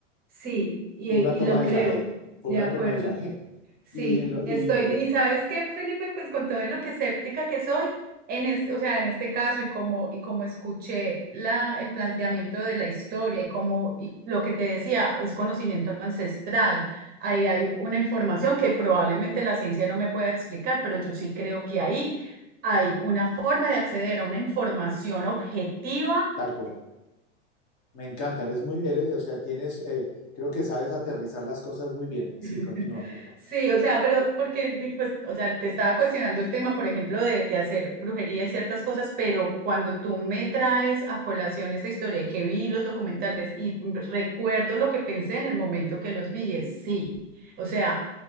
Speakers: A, on the right; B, on the left.
A: sí, y,
B: Fue
A: y
B: una toma
A: lo creo,
B: de Yagé, fue
A: de
B: una
A: acuerdo.
B: toma de Yagé.
A: Sí,
B: Y, en lo-
A: estoy,
B: y
A: y sabes qué, Felipe, pues con todo en lo que escéptica que soy, en es, o sea, en este caso y como, y como escuché la, el planteamiento de la historia y como y lo que te decía, es conocimiento ancestral, ahí hay una información que probablemente la ciencia no me pueda explicar, pero yo sí creo que ahí hay una forma de acceder a una información objetiva
B: tal cual. Me encanta, eres muy, eres, o sea, tienes, eh, creo que sabes aterrizar las cosas muy bien. Sí,
A: <laughs>
B: continúa, por favor.
A: Sí, o sea, pero porque, mi- pues, o sea, te estaba cuestionando el tema, por ejemplo, de, de hacer brujería y ciertas cosas, pero cuando tú me traes a colación esta historia y que vi los documentales y m- recuerdo lo que pensé en el momento que los vi, es sí. O sea,